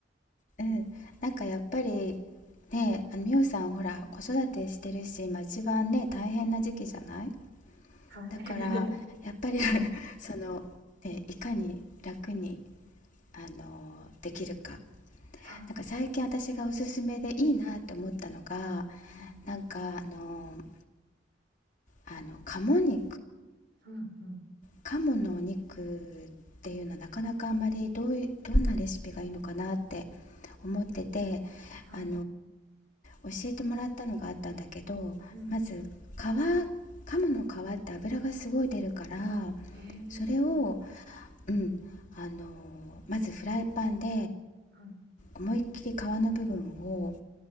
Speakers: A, on the left; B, on the right.
A: うん、なんかやっぱり、ね、あの、美さんほら、子育てしてるし、今一番ね、大変な時期じゃない？
B: はい。
A: だから、
B: <laughs>
A: やっぱり <laughs> その、ね、いかに楽に、あの、できるか。
B: そう。
A: なんか最近私がおすすめでいいなと思ったのが、
B: うんうん。
A: なんかあのあの、鴨肉？
B: うんうん。
A: 鴨のお肉っていうのはなかなかあんまりどういどんなレシピがいいのかなって思ってて
B: はい。
A: あの教えてもらったのがあったんだけどまず皮鴨
B: うん。
A: の皮って油がすごい出るから
B: へえ。
A: それを、うん、あのまずフライパンで
B: はい。
A: 思いっきり皮の部分を